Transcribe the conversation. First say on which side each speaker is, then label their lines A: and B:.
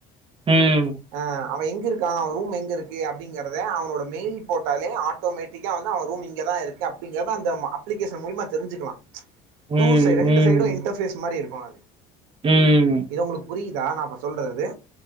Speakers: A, on the right (about 30°); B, on the right (about 85°).
A: ம்
B: அ அவ எங்க இருக்கா அவ ரூம் எங்க இருக்கு அப்பிடிங்கறத அவனோட மெயில் போட்டாலே ஆட்டோமேட்டிக்கா வந்து அவ ரூம் இங்கதா இருக்கு அப்பிடிங்கறத அந்த அப்ளிகேஷன் மூலியமா தெரிஞ்சிக்கலா
A: ம்,
B: டூ சைடு ரெண்டு
A: ம்,
B: சைடு இன்டர்பேஸ் மாரி இருக்கு ன்ன அது
A: ம்
B: இது உங்களுக்கு புரியுதா நா இப்ப சொல்றது